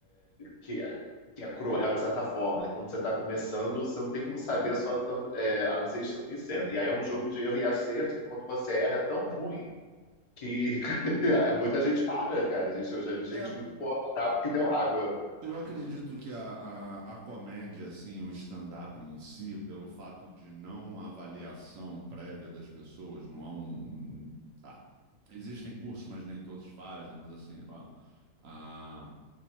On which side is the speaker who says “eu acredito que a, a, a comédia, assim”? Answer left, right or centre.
Right